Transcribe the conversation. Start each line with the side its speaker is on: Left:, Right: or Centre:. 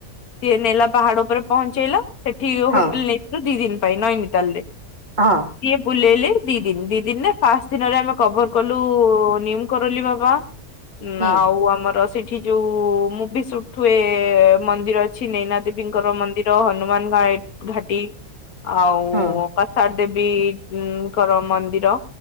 Left: ସିଏ ନେଲା ପାହାଡ ଉପରେ ପହଞ୍ଚେଇଲା ସେଠି
Right: ହଁ
Left: ହୋଟେଲ ନେଇଥିଲୁ ଦି ଦିନ। ପାଇଁ ନାଇନ୍ ତାଲେ
Right: ଅହଁ
Left: ସିଏ ବୁଲେଇଲେ ଦି ଦିନ। ଦି ଦିନରେ ଫାଷ୍ଟ ଦିନରେ ଆମେ କଭର କଲୁ ନିମ କରୋଲି ବାବା।
Right: ହୁଁ
Left: ନା ଆଉ ଆମର ସେଠି ଯୋଉ ମୁଭି ସୁଟ ହୁଏ ମନ୍ଦିର ଅଛି ନେନା ଦେବୀଙ୍କର ମନ୍ଦିର ହନୁମାନ ଘାଟି ଆଉ
Right: ହଁ।
Left: କର୍ଥାତ ଦେବୀଙ୍କର ମନ୍ଦିର